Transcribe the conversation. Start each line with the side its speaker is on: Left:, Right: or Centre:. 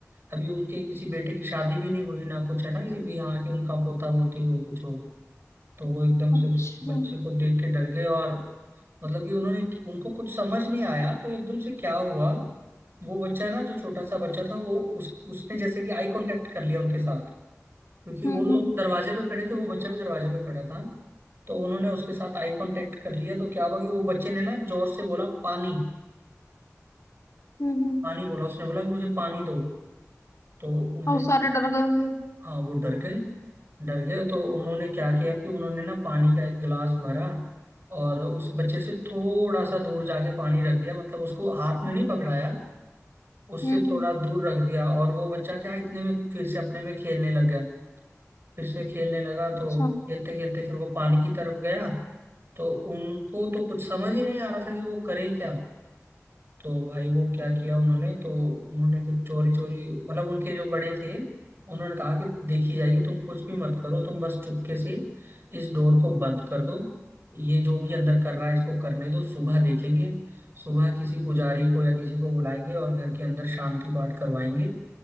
Right: अभी उनके किसी बेटे की शादी भी नहीं हुई ना कुछ है ना कि भी हाँ कि उनका पोता पोती हो कुछ हो तो वो एकदम
Left: अच्छा
Right: से उस बच्चे को देख के डर गए और मतलब कि उन्होंने उनको कुछ समझ नहीं आया तो एकदम से क्या हुआ वो बच्चा ना जो छोटा सा बच्चा था वो उस उसने जैसे कि आई कांटेक्ट कर लिया उनके साथ क्योंकि
Left: हम्म
Right: वो लोग
Left: हम्म
Right: दरवाजे पे खड़े थे वो बच्चा भी दरवाजे पे खड़ा था तो उन्होंने उसके साथ आई कांटेक्ट कर लिया तो क्या हुआ कि वो बच्चे ने ना जोर से बोला पानी
Left: हम्म
Right: पानी बोला उसने बोला कि मुझे पानी दो तो उनमें
Left: और वो
Right: से
Left: सारे डर गए होंगे
Right: हाँ वो डर गए डर गए तो उन्होंने क्या किया कि उन्होंने ना पानी का एक गिलास भरा और उस बच्चे से थोड़ा सा दूर जाके पानी रख दिया मतलब उसको हाथ में नहीं पकड़ाया उससे
Left: हम्म
Right: थोड़ा
Left: हम्म
Right: दूर रख दिया और वो बच्चा क्या इतने में फिर से अपने में खेलने लग गया फिर से खेलने लगा
Left: अच्छा
Right: तो खेलते खेलते फिर वो पानी की तरफ गया तो उनको तो कुछ समझ ही नहीं आ रहा था कि वो करें क्या तो भाई वो क्या किया उन्होंने तो उन्होंने फिर चोरी चोरी मतलब उनके जो बड़े थे उन्होंने कहा कि देखी जाएगी तुम कुछ भी मत करो तुम बस चुपके से इस डोर को बंद कर दो ये जो भी अंदर कर रहा है इसको करने दो सुबह देखेंगे सुबह किसी पुजारी को या किसी को बुलाएंगे और घर के अंदर शांति पाठ करवाएंगे